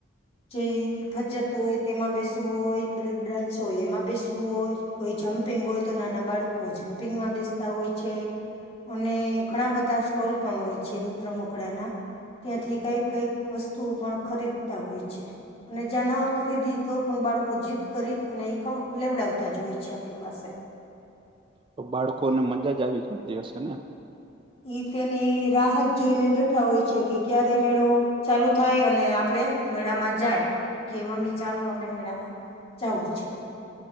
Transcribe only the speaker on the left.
જે ફજત હોય તેમાં બેસવું હોય બ્રેક ડન્સ હોય એમાં બેસવું હોય કોઈ જમ્પિંગ હોય તો નાના બાળકો જમ્પિંગમાં બેસતા હોય છે અને ઘણા બધા સ્ટોલ પણ હોય છે રમકડાના ત્યાંથી કઈક કઈક વસ્તુઓ પણ ખરીદતા હોય છે અને જ્યાં નવા ખરીદી તો પણ બાળકો જીત કરી અને લેવડાવતા જ હોય છે આપણી પાસે
ઈ તેની રાહત જોઈને બેઠા હોય છે કે ક્યારે મેળો ચાલુ થાય અને આપડે મેળામાં જાય કે મમ્મી ચાલો આપણે મેળામાં જાવું છે